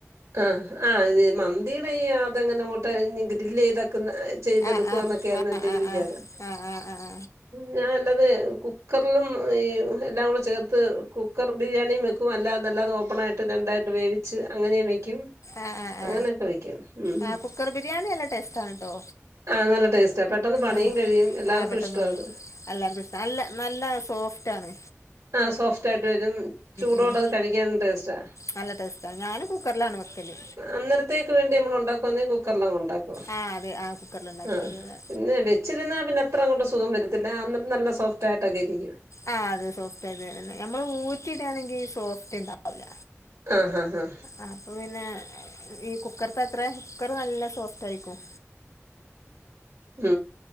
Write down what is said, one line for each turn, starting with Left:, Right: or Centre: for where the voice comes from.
Right: ആ ആ മന്തിയുടെ ഈ അതെങ്ങനെ ഇങ്ങോട്ട് ഇനി <unintelligible> ക്കുന്ന ചെയ്തടുക്കന്നൊക്കെയാരുന്നു
Left: ആ ആ ആ
Right: എന്റെരു
Left: ആ ആ
Right: വിചാരം
Left: ആ ആ ആ
Right: ഞൻല്ലത് കുക്ക് കുക്കറിലും ഈ എല്ലാം കൂടെ ചേർത്ത് കുക്കർ ബിരിയാണിയും വെക്കും അല്ലാതെ അല്ലാതെ ഓപ്പൺ ആായിട്ട് രണ്ടായിട്ട് വേവിച്ച് അങ്ങനെ വെക്കും
Left: ആ ആ
Right: അങ്ങനെയൊക്കെ
Left: ആ
Right: വെക്കും ഉം
Left: ആ കുക്കർ ബിരിയാണി നല്ല ടേസ്റ്റ് ആണ് ട്ടോ
Right: ആഹ് നല്ല ടേസ്റ്റാ പെട്ടെന്ന് പണിയും
Left: ആ
Right: കഴിയും എല്ലാർക്കും
Left: ആ പെട്ടന്ന്
Right: ഇഷ്ടവാ
Left: പണി
Right: അത്
Left: എല്ലർക്കും ഇഷ്ട നല്ല നല്ല സോഫ്റ്റ് ആണ്
Right: ആ സോഫ്റ്റ് ആയിട്ട് വരും ചൂടോട്
Left: ഉം.
Right: അത് കഴിക്കാനും ടേസ്റ്റാ
Left: നല്ല ടേസ്റ്റാണ് ഞാൻ കുക്കറിലാണ് വെക്കല്
Right: അന്നരത്തേക്ക് വേണ്ടി നമ്മൾ ഉണ്ടാക്കുന്ന കുക്കറിലാ ഉണ്ടാക്കും
Left: ആ അതെ ആ കുക്കറിലുണ്ടാക്കിയാൽ
Right: അ
Left: മതി അതെ
Right: പിന്നെ വെച്ചി തിന്ന അത്ര അങ്ങട്ട് സുഖം വരത്തില്ല അന്നന്ന് നല്ല സോഫ്റ്റായിട്ടൊക്കെ ഇരിക്കു
Left: ആ അതെ സോഫ്റ്റ് അതെതന്നെ നമ്മൾ ഊറ്റിടാണെങ്കിൽ സോഫ്റ്റ്ണ്ടാവില്ല
Right: ആ ആ ആ
Left: അപ്പ പിന്നെ ഈ കുക്കറ്ത്തത്രെ കുക്കർ നല്ല സോഫറ്റായിക്കും
Right: ആ